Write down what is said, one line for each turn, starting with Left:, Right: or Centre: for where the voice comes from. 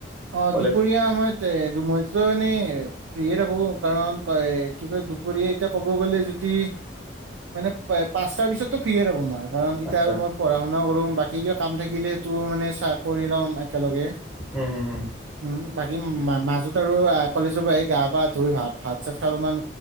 Right: অ
Centre: কলেজ
Right: দুপৰীয়া সমমত মইতো এনেই। ফ্ৰিয়ে থাকোঁ কাৰণ কি কয় দুপৰীয়া এতিয়া ক'ব গ'লে যদি মানে পাঁচটাৰ পিছতটো ফ্ৰিয়ে থাকোঁ মই। কাৰণ তেতিয়া
Centre: আচ্ছা
Right: আৰু মই পঢ়া শুনা কৰোঁ বা কী কিবা কাম থাকিলে। টো মানে চাকৰি ল'ম একেলগে।
Centre: হুম হুম হুম
Right: উম। বাকী মাজত আৰু কলেজৰ পৰা আহি গা-পা ধুই ভা ভাত-চাত খাই অলমান